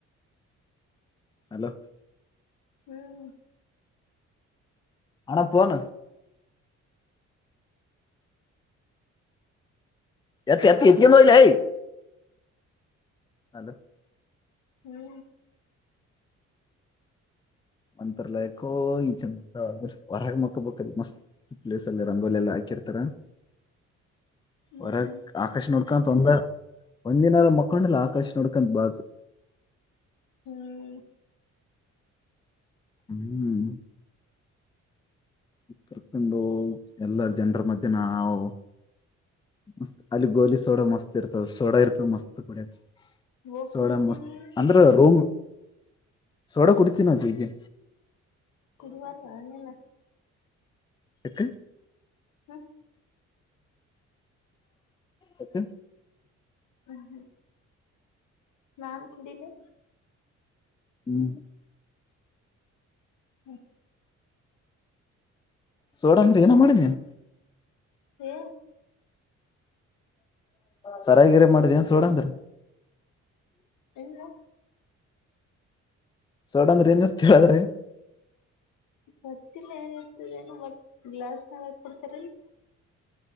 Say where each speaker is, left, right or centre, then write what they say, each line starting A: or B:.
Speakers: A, on the left; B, on the left.
A: ಹಲೋ
B: ಹ್ಮ್
A: ಅಣ್ಣಾ ಪೋನ. ಎತ್ತ ಎತ್ತ ಎತಿನೋ ಲೇ. ಅಲ
B: ಹ್ಮ್
A: ಮಂತ್ರರ ಲಯಕೋ ಈ ಚಂದ ಹೊರಗ ಮಕ್ಕಬೇಕಲ್ ಮಸ್ತ್ ಪ್ಲೇಸ್ಲ್ಲಿ ರಂಗೋಲೆ ಎಲ್ಲಾ ಹಾಕಿರ್ತಾರ.
B: ಹ್ಮ್
A: ಒರಗ್ ಆಕಾಶ ನೊ ಕಂತತ್ ಒಂದರ ಒಂದಿನಾರ ಮಕ್ಕೊಂಡಿಲ್ಲಾ ಆಕಾಶ್ ನೋಡ್ಕಂತ ಬಾಜ.
B: ಹ್ಮ್
A: ಹ್ಮ್ ಕರ್ಕೊಂಡು ಎಲ್ಲಾರ ಜನರ ಮಧ್ಯ್ಯ ನಾವು. ಮತ್ ಅಲ್ಲಿ ಗೋಲಿ ಸೋಡ ಮಸ್ತ್ ಇರ್ತದ. ಸೋಡಾ ಇರ್ತದ ಮಸ್ತ್ ಕುಡ್ಯಾಕ್
B: ಓ
A: ಸೋಡಾ
B: ಕುಡಿತೀನಿ
A: ಮಸ್ತ್ ಅಂದ್ರೆ ರೂಮ್. ಸೋಡಾ ಕುಡ್ತೀನಾ ಝೀಗೆ
B: ಗುರುವಾರ ರಾಯಣ
A: ಯಕನ್.
B: ಹ
A: ಯಕ.
B: ಹ್ಮ ಹ್ಮ ನಾನ್ ಕುಡೀಲಿ
A: ಹ್ಮ್
B: ಹ್ಮ
A: ಸೋಡ ಅಂದ್ರ ಏನ ಮಾಡಿ ನೀನ್.
B: ಹೊ
A: ಸರಾಗಿರ ಮಾಡ್ದನ್ ಸೋಡಂದ್ರ.
B: ಇಲ್ಲಾ.
A: ಸೋಡಾ ಅಂದ್ರ ಏನ ತಿಳ್ಯಾರ್ ರೀ.
B: ಗೋತ್ತಿಲ್ಲಾ ಏನಿರ್ತದ ಏನು ಬಟ್ ಗ್ಲಾಸ್ನಾಗ್ ಹಾಕ ಕೊಡ್ತಾರ ಇಲ್.